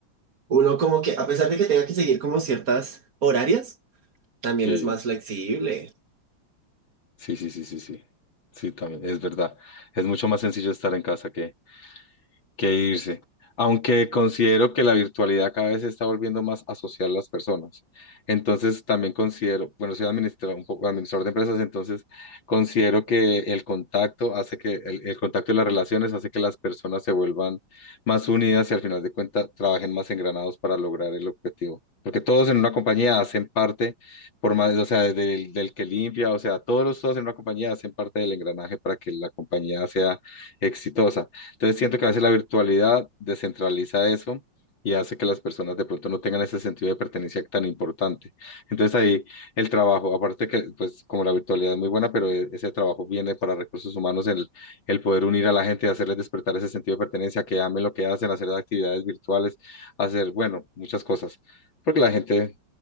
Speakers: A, on the right; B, on the left.
A: Uno como que, a pesar de que tenga que seguir como ciertas horarias, También
B: Sí,
A: es más flexible.
B: sí, sí, sí, sí, sí. Sí, también, es verdad. Es mucho más sencillo estar en casa que que irse. Aunque considero que la virtualidad cada vez se está volviendo más a asociar las personas. Entonces también considero, bueno, soy administra- un poco administrador de empresas, entonces considero que el contacto hace que el, el contacto y las relaciones hace que las personas se vuelvan más unidas y al final de cuentas trabajen más engranados para lograr el objetivo. Porque todos en una compañía hacen parte, por más, o sea, del, del que limpia, o sea, todos, los- todos en una compañía hacen parte del engranaje para que la compañía sea exitosa. Entonces siento que a veces la virtualidad descentraliza eso y hace que las personas de pronto no tengan ese sentido de pertenencia tan importante. Entonces ahí el trabajo, aparte que pues como la virtualidad es muy buena, pero e- ese trabajo viene para recursos humanos, el, el poder unir a la gente y hacerles despertar ese sentido de pertenencia, que amen lo que hacen, hacer actividades virtuales, hacer, bueno, muchas cosas, porque la gente